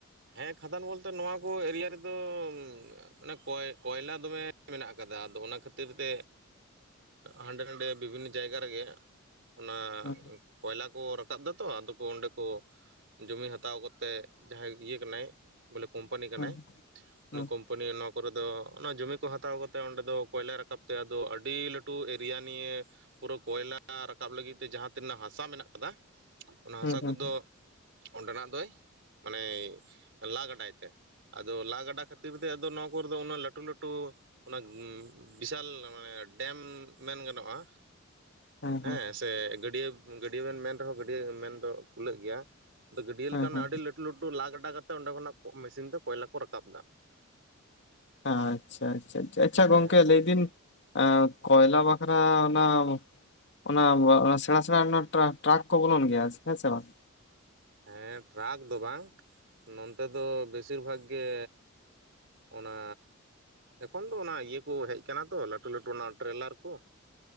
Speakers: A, on the right; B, on the left.
A: ᱦᱮᱸ ᱠᱷᱟᱫᱟᱱ ᱵᱚᱞᱛᱮ ᱱᱚᱣᱟ ᱠᱚ ᱮᱨᱤᱭᱟ ᱨᱮᱫᱚᱻᱢᱼᱼ ᱢᱟᱱᱮ ᱠᱚᱭ ᱠᱚᱭᱞᱟ ᱫᱚᱢᱮ ᱢᱮᱱᱟᱜ ᱠᱟᱫᱟ ᱟᱫᱚ ᱚᱱᱟ ᱠᱷᱟᱹᱛᱤᱨ ᱛᱮᱼᱼ ᱦᱟᱸᱰᱮ-ᱱᱟᱸᱰᱮ ᱵᱤᱵᱷᱤᱱᱱᱚ ᱡᱟᱭᱜᱟ ᱨᱮᱜᱮ ᱚᱱᱟᱼᱼ
B: ᱦᱩᱸ
A: ᱠᱚᱭᱞᱟ ᱠᱚ ᱨᱟᱠᱟᱵ ᱫᱟ ᱛᱚ ᱟᱫᱚ ᱠᱚ ᱚᱸᱰᱮᱠᱚ ᱡᱚᱢᱤ ᱦᱟᱛᱟᱣ ᱠᱟᱛᱮᱜ ᱡᱟᱦᱟᱸᱭᱼᱼ ᱤᱭᱟᱹ ᱠᱟᱱᱟᱭ ᱵᱚᱞᱮ ᱠᱳᱢᱯᱟᱱᱤ ᱠᱟᱱᱟᱭ
B: ᱦᱩᱸ
A: ᱩᱱᱤ
B: ᱦᱩᱸ
A: ᱠᱳᱢᱯᱼᱼ ᱯᱟᱱᱤ ᱱᱚᱣᱟ ᱠᱚᱨᱮ ᱫᱚ ᱚᱱᱟ ᱡᱚᱢᱤ ᱠᱚ ᱦᱟᱛᱟᱣ ᱠᱟᱛᱮ ᱚᱸᱰᱮ ᱫᱚ ᱠᱚᱭᱞᱟ ᱨᱟᱠᱟᱵ ᱛᱮ ᱟᱫᱚ ᱟᱹᱰᱤ ᱞᱟᱹᱴᱩᱼᱼ ᱞᱟᱹᱴᱩ ᱮᱨᱤᱭᱟ ᱱᱤᱭᱮ ᱯᱩᱨᱟᱹ ᱠᱚᱭᱞᱟ ᱨᱟᱠᱟᱵ ᱞᱟᱹᱜᱤᱫ ᱛᱮ ᱡᱟᱦᱟᱸ ᱛᱤᱱᱟᱹᱜ ᱦᱟᱥᱟ ᱢᱮᱱᱟᱜᱼᱼ ᱠᱟᱱᱟ ᱚᱱᱟ
B: ᱦᱩᱸ
A: ᱦᱟᱸᱥᱟ
B: ᱦᱩᱸ
A: ᱠᱚᱫᱚ ᱚᱸᱰᱮᱱᱟᱜ ᱫᱚᱭ ᱢᱟᱱᱮᱭᱼᱼ ᱞᱟ ᱜᱟᱰᱟᱭ ᱛᱮ ᱟᱫᱚ ᱞᱟ ᱜᱟᱰᱟ ᱠᱷᱟᱹᱛᱤᱨ ᱛᱮ ᱟᱫᱚ ᱱᱚᱣᱟᱼᱼ ᱠᱳᱨ ᱫᱚ ᱩᱱᱟᱹᱜ ᱞᱟᱹᱴᱩ-ᱞᱟᱹᱴᱩ ᱚᱱᱟ ᱵᱤᱥᱟᱞᱼᱼ ᱚᱱᱚ ᱢᱟᱱᱮ ᱰᱮᱢ ᱢᱮᱱ ᱜᱟᱱᱚᱜ-ᱟ,
B: ᱦᱩᱸ ᱦᱩᱸ
A: ᱦᱮᱸ ᱥᱮ ᱜᱟᱹᱰᱭᱟᱹ-ᱜᱟᱹᱰᱭᱟᱹ ᱵᱮᱱ ᱢᱮᱱ ᱨᱮᱦᱚᱸ ᱜᱟᱹᱰᱭᱟᱹ ᱢᱮᱱᱫᱚ ᱠᱩᱞᱟᱹᱜ ᱜᱮᱭᱟ ᱟᱫᱚ ᱜᱟᱹᱰᱭᱟᱹ
B: ᱦᱩᱸ
A: ᱞᱮᱠᱟᱱᱟᱜ
B: ᱦᱩᱸ
A: ᱟᱹᱰᱤ ᱞᱟᱹᱴᱩ-ᱞᱟᱹᱴᱩᱼᱼ ᱴᱩ ᱞᱟ ᱜᱟᱰᱟ ᱠᱟᱛᱮ ᱚᱸᱰᱮ ᱠᱷᱚᱱᱟᱜ ᱢᱮᱥᱤᱱ ᱛᱮ ᱠᱚᱭᱞᱟ ᱠᱚ ᱨᱟᱠᱟᱵ ᱫᱟ᱾
B: ᱟᱪᱪᱷᱟ ᱟᱪᱪᱷᱟ ᱟᱪᱪᱷᱟ
A: ᱦᱮᱸ
B: ᱜᱚᱝᱠᱮ ᱞᱟᱹᱭᱫᱤᱱ ᱮᱸ ᱠᱚᱭᱞᱟ ᱵᱟᱠᱷᱨᱟ ᱚᱱᱟ ᱚᱱᱟ ᱥᱮᱬᱟ ᱥᱮᱬᱟ ᱚᱱᱟ ᱴᱨᱟᱠ ᱠᱚ ᱵᱚᱞᱚᱱ ᱜᱮᱭᱟ ᱦᱮᱸᱥᱮ ᱵᱟᱝ?
A: ᱦᱮᱸ ᱴᱮᱨᱟᱠ ᱫᱚ ᱵᱟᱝ, ᱱᱚᱱᱛᱮ ᱫᱚ ᱵᱮᱥᱤᱨ ᱵᱷᱟᱜᱽ ᱜᱮ ᱚᱱᱟ ᱮᱠᱷᱚᱱ ᱫᱚ ᱚᱱᱟ ᱤᱭᱟᱹ ᱠᱚ ᱦᱮᱡ ᱟᱠᱟᱱᱟ ᱛᱚ ᱞᱟᱹᱴᱩ ᱞᱟᱹᱴᱩ ᱚᱱᱟ ᱴᱨᱮᱞᱟᱨ ᱠᱚ᱾